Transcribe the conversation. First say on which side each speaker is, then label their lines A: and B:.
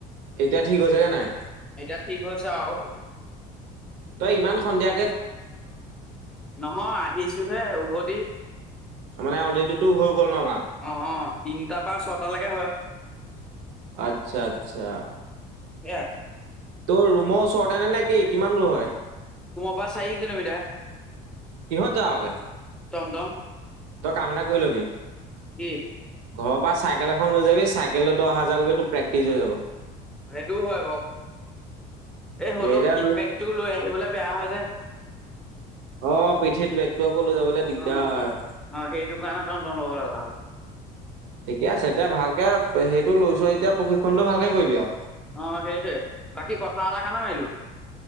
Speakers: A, on the right; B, in the centre.
A: এতিয়া ঠিক হৈছেগে নাই
B: এতিয়া ঠিক হৈছ আও
A: তই ইমান সন্ধিয়া
B: নহয় আহিছো হে উভতি
A: মানে অলৰেডি তোৰ হৈ গ'ল ন কাম
B: আহ তিনটাৰ পৰা ছটালৈকে হয়
A: আচ্ছা আচ্ছা
B: সেয়া
A: তোৰ ৰুমৰ ওচৰতে নে নে কি কিমান দূৰ হয়
B: পা চাৰি কিলোমিটাৰ
A: কিহত যাওগে
B: টম টম
A: তই কাম এটা কৰি লবি
B: কি
A: ঘৰৰ পৰা চাইকেল এখন লৈ যাবি চাইকেলত অহা-যোৱা কৰিবি তোৰ প্ৰেক্টিছ হৈ যাব
B: সেইটোও হয় বাৰু এই হলেও
A: এতিয়া
B: কিডবেকটো লৈ আহিবলে বেয়া হয় যে
A: অ পিঠিত বেগটো আকৌ লৈ যাবলৈ দিগদাৰ
B: অ অ সেইটো কাৰণে টমটম ল'ব লগা হ'ল
A: ঠিকে আছে এতিয়া ভালকে সেইটো লৈছো এতিয়া প্ৰশিক্ষণটো ভালকে কৰিবি আৰু
B: অহ সেইটোৱে বাকী কথা এটাৰ কাৰণে মাৰিলো